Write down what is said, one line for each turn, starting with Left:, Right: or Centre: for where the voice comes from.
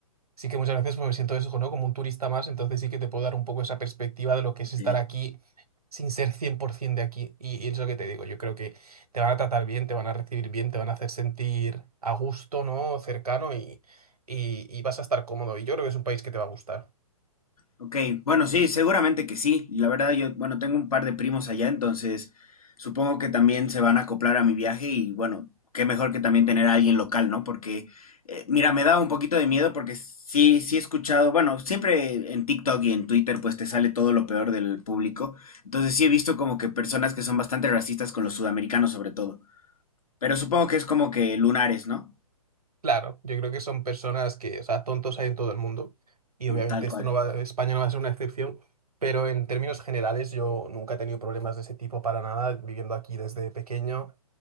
Right: sí que muchas veces pues, me siento eso, ¿no? Como un turista más, entonces sí que te puedo dar un poco esa perspectiva de lo que es
Left: ok.
Right: estar aquí sin ser 100% de aquí. Y, y es lo que te digo, yo creo que te van a tratar bien, te van a recibir bien, te van a hacer sentir a gusto, ¿no? Cercano y, y, y vas a estar cómodo. Y yo creo que es un país que te va a gustar.
Left: Ok, bueno, sí, seguramente que sí. La verdad, yo, bueno, tengo un par de primos allá, entonces supongo que también se van a acoplar a mi viaje y bueno, qué mejor que también tener a alguien local, ¿no? Porque, eh, mira, me da un poquito de miedo porque sí, sí he escuchado, bueno, siempre en TikTok y en Twitter pues te sale todo lo peor del público. Entonces sí he visto como que personas que son bastante racistas con los sudamericanos sobre todo. Pero supongo que es como que lunares, ¿no?
Right: Claro, yo creo que son personas que, o sea, tontos hay en todo el mundo y obviamente
Left: Tal
Right: esto
Left: cual.
Right: no va, España no va a ser una excepción, pero en términos generales yo nunca he tenido problemas de ese tipo para nada viviendo aquí desde pequeño